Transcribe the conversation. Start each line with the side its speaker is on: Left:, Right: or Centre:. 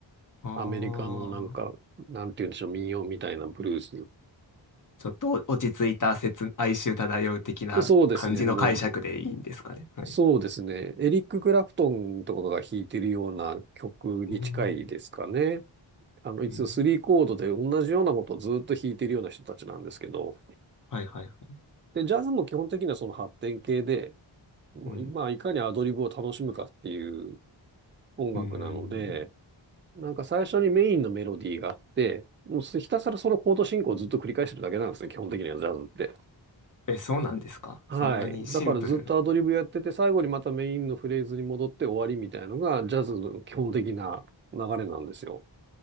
Left: あー
Right: アメリカのなんか、なんて言うんでしょう、民謡みたいなブルース。
Left: ちょっと落ち着いた説、哀愁漂う的な感じの解釈でいいんですかね。
Right: そうですね、もう
Left: はい。
Right: そうですね。エリック・クラプトンとかが弾いてるような曲に近いですかね。
Left: うーん。
Right: あの、いつ3コードで同じようなことをずっと弾いてるような人たちなんですけど、
Left: うんはいはいはい。
Right: で、ジャズも基本的にはその発展系で、まあ、
Left: うん。
Right: いまあいかにアドリブを楽しむかっていう音楽なので、
Left: うーん。
Right: なんか最初にメインのメロディーがあって、もうひたすらそのコード進行をずっと繰り返してるだけなんですね、基本的にはジャズって。
Left: え、そうなんですかそんなにシンプル。
Right: はい。だからずっとアドリブやってて、最後にまたメインのフレーズに戻って終わりみたいなのが、ジャズの基本的な流れなんですよ。